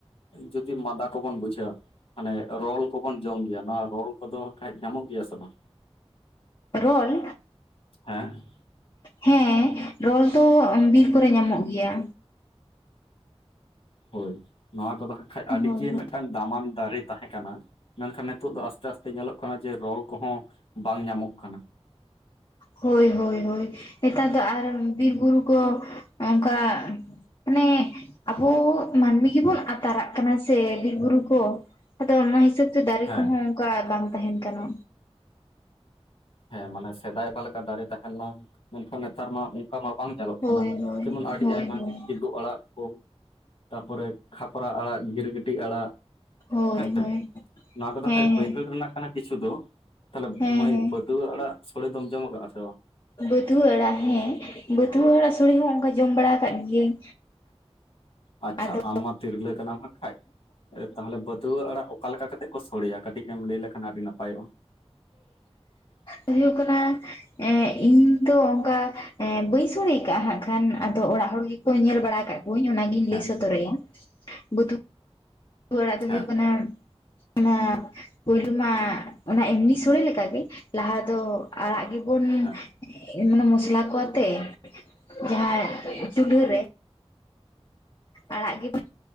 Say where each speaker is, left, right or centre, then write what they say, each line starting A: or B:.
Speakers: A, on the left (about 65°); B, on the left (about 50°).
A: ᱡᱩᱫᱤ ᱢᱟᱫᱟ ᱠᱚᱵᱚᱱ ᱵᱩᱡᱷᱟᱹᱣᱟ ᱢᱟᱱᱮ ᱨᱚᱞ ᱠᱚᱵᱚᱱ ᱡᱚᱢ ᱜᱮᱭᱟ ᱱᱚᱣᱟ ᱨᱚᱞ ᱠᱚᱫᱚ ᱦᱟᱠᱠᱷᱟᱡ ᱧᱟᱢᱚᱜ ᱜᱮᱭᱟ ᱥᱮ ᱵᱟᱝ
B: ᱨᱚᱞ
A: ᱦᱮ
B: ᱦᱮ ᱨᱚᱞ ᱫᱚ ᱵᱤᱨ ᱠᱚᱨᱮ ᱧᱟᱢᱚᱜ ᱜᱮᱭᱟ
A: ᱦᱳᱭ ᱱᱚᱣᱟ ᱠᱚᱫᱚ ᱦᱟᱸᱜ ᱠᱷᱟᱡ ᱟᱰᱤ
B: ᱦᱳᱭ ᱦᱳᱭ
A: ᱜᱮ ᱢᱤᱫᱴᱟᱝ ᱫᱟᱢᱟᱱ ᱫᱟᱨᱮ ᱛᱟᱦᱮ ᱠᱟᱱᱟ ᱢᱮᱱᱠᱷᱟᱱ ᱱᱤᱛᱚᱜ ᱫᱚ ᱟᱥᱛᱮ ᱟᱥᱛᱮ ᱧᱮᱞᱚᱜ ᱠᱟᱱᱟ ᱡᱮ ᱨᱚᱞ ᱠᱚᱦᱚ ᱵᱟᱝ ᱧᱟᱢᱚᱜ ᱠᱟᱱᱟ
B: ᱦᱳᱭ ᱦᱳᱭ ᱦᱳᱭ ᱱᱮᱛᱟᱨ ᱫᱚ ᱟᱨ ᱵᱤᱨ ᱵᱩᱨᱩ ᱠᱚ ᱚᱝᱠᱟ ᱚᱱᱮ ᱟᱵᱚ ᱢᱟᱹᱱᱢᱤ ᱜᱮᱵᱚᱱ ᱟᱛᱟᱨᱟᱜ ᱠᱟᱱᱟ ᱥᱮ ᱵᱤᱨ ᱵᱩᱨᱩ ᱠᱚ ᱟᱫᱚ ᱚᱱᱟ ᱦᱤᱥᱟᱹᱵᱛᱮ ᱫᱟᱨᱮ
A: ᱦᱮᱸ
B: ᱠᱚᱦᱚ ᱚᱝᱠᱟ ᱵᱟᱝ ᱛᱟᱦᱮᱱ ᱠᱟᱱᱟ
A: ᱦᱮ ᱢᱟᱱᱮ ᱥᱮᱫᱟᱭ ᱵᱟ ᱞᱮᱠᱟ ᱫᱟᱨᱮ ᱛᱟᱦᱮᱱᱢᱟ ᱢᱮᱱᱠᱷᱟᱱ ᱱᱮᱛᱟᱨ ᱢᱟ ᱚᱱᱠᱟ ᱢᱟ ᱵᱟᱝ ᱧᱮᱞᱚᱜ ᱠᱟᱱᱟ
B: ᱦᱳᱭ ᱦᱳᱭ
A: ᱡᱮᱢᱚᱱ ᱟᱰᱤ
B: ᱦᱳᱭ
A: ᱟᱭᱢᱟ
B: ᱦᱳᱭ
A: ᱜᱮ ᱠᱮᱫᱩᱵ ᱟᱲᱟᱜ ᱠᱚ ᱛᱟᱨᱯᱚᱨᱮ ᱠᱷᱟᱯᱨᱟ ᱟᱲᱟᱜ ᱜᱤᱨ ᱜᱤᱴᱤᱡ ᱟᱲᱟᱜ
B: ᱦᱳᱭ
A: ᱦᱮ
B: ᱦᱳᱭ
A: ᱱᱚᱣᱟ ᱠᱚᱫᱚ
B: ᱦᱮᱸ
A: ᱠᱷᱟᱡ
B: ᱦᱮᱸ
A: ᱵᱟᱹᱭᱦᱟᱹᱲ ᱨᱮᱱᱟᱜ ᱠᱟᱱᱟ ᱠᱤᱪᱷᱩ ᱫᱚ ᱛᱷᱟᱞᱮ
B: ᱦᱮᱸ
A: ᱢᱟᱹᱭ
B: ᱦᱮᱸ
A: ᱵᱟᱹ ᱫᱩ ᱟᱲᱟᱜ ᱥᱳᱲᱮ ᱫᱚᱢ ᱡᱚᱢ ᱠᱟᱜᱼᱟ ᱥᱮ ᱵᱟᱝ
B: ᱵᱟᱹᱛᱷᱩᱟᱹ ᱟᱲᱟᱜ ᱦᱮ ᱵᱟᱹᱛᱷᱩᱟᱹ ᱟᱲᱟᱜ ᱥᱳᱲᱮ ᱦᱚ ᱚᱱᱠᱟ ᱡᱚᱢ ᱵᱟᱲᱟ ᱟᱠᱟᱫ ᱜᱤᱭᱟᱹᱧ
A: ᱟᱪᱪᱷᱟ
B: ᱟᱫᱚ
A: ᱟᱢ ᱢᱟ ᱛᱤᱨᱞᱟᱹ ᱠᱟᱱᱟᱢ ᱦᱟᱸᱜ ᱠᱷᱟᱡ ᱛᱟᱦᱚᱞᱮ ᱵᱟᱹᱛᱩᱣᱟᱹ ᱟᱲᱟᱜ ᱚᱠᱟ ᱞᱮᱠᱟ ᱠᱟᱛᱮᱜ ᱠᱚ ᱥᱳᱲᱮᱭᱟ ᱠᱟᱹᱴᱤᱡ ᱮᱢ ᱞᱟᱹᱭ ᱞᱮᱠᱷᱟᱱ ᱟᱹᱰᱤ ᱱᱟᱯᱟᱭᱚᱜᱼᱟ <inaudible>
B: ᱦᱳᱭᱳᱜ ᱠᱟᱱᱟ ᱮᱜ ᱤᱧ ᱛᱚ ᱚᱱᱠᱟ ᱮ ᱵᱟᱹᱧ ᱥᱳᱲᱮ ᱟᱠᱟᱜᱼᱟ ᱦᱟᱸᱜ ᱠᱷᱟᱱ ᱟᱫᱚ ᱚᱲᱟᱜ ᱦᱚᱲ ᱜᱮᱠᱚ ᱧᱮᱞ ᱵᱟᱲᱟ ᱠᱟᱜ ᱠᱚᱧ ᱚᱱᱟᱜᱤᱧ
A: ᱦᱮᱸ
B: ᱞᱟᱹᱭ ᱥᱚᱫᱚᱨᱟᱭᱟ <unintelligible> ᱛᱩᱭᱟᱹ ᱟᱲᱟᱜ ᱫᱚ
A: ᱦᱮᱸ
B: ᱦᱩᱭᱩᱜ ᱠᱟᱱᱟ ᱚᱱᱟ ᱯᱩᱭᱞᱩ ᱢᱟ ᱚᱱᱟ ᱮᱢᱱᱤ ᱥᱳᱲᱮ ᱞᱮᱠᱟ ᱜᱮ ᱞᱟᱦᱟ ᱫᱚ ᱟᱲᱟᱜ ᱜᱮᱵᱚᱱ
A: ᱦᱮᱸ
B: ᱢᱟᱱᱮ ᱢᱚᱥᱞᱟ ᱠᱚ ᱟᱛᱮ ᱡᱟᱦᱟ ᱪᱩᱞᱦᱟᱹ ᱨᱮ ᱟᱲᱟᱜ ᱜᱮᱵᱚᱱ